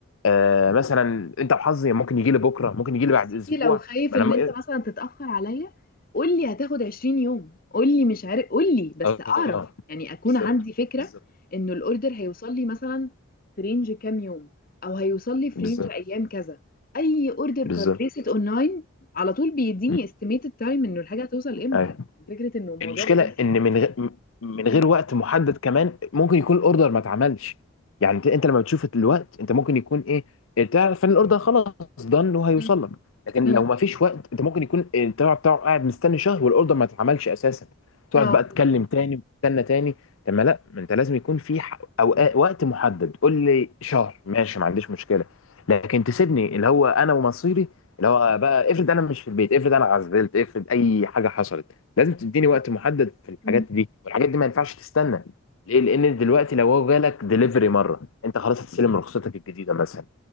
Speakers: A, on the left; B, on the left.
A: آه مثلا انت وحظي ممكن يجي لي بكره ممكن يجي لي
B: يا
A: بعد
B: سيدي
A: اسبوع
B: لو خايف
A: ما
B: ان
A: انا م-
B: انت مثلا تتأخر عليا قول لي هتاخد 20 يوم قول لي مش عارف قول لي بس
A: اه
B: اعرف يعني اكون
A: بالظبط
B: عندي فكرة
A: بالظبط
B: انه الاوردر هيوصل لي مثلا في رينج كام يوم او هيوصل لي في
A: بالظبط
B: رينج ايام كذا اي اوردر
A: بالظبط
B: ببريست اونلاين على طول بيديني
A: مم.
B: استيميتد تايم انه الحاجة هتوصل امتى
A: ايوه
B: فكرة انه الموضوع
A: المشكله
B: بجد <laughs>
A: ان من غ... من
B: مم.
A: غير وقت محدد كمان ممكن يكون الاوردر ما اتعملش يعني انت إنت لما بتشوف الوقت انت ممكن يكون ايه تعرف ان الاوردر خلاص دن وهيوصل
B: مم.
A: لك لكن
B: مم.
A: لو ما فيش وقت انت ممكن يكون التبع بتاعه قاعد مستني شهر والاوردر ما اتعملش اساسا تقعد
B: اه
A: بقى تكلم تاني وتستنى تاني طب ما لا ما انت لازم يكون في ح- اوقات وقت محدد قول لي شهر ماشي ما عنديش مشكله لكن تسيبني اللي هو انا ومصيري اللي هو بقى افرض انا مش في البيت افرض انا عزلت افرض اي حاجه حصلت لازم تديني وقت
B: بالظبط.
A: محدد في الحاجات
B: مم.
A: دي والحاجات دي ما ينفعش تستنى ليه لان دلوقتي لو هو جالك ديليفري مره انت خلاص هتستلم رخصتك الجديده مثلا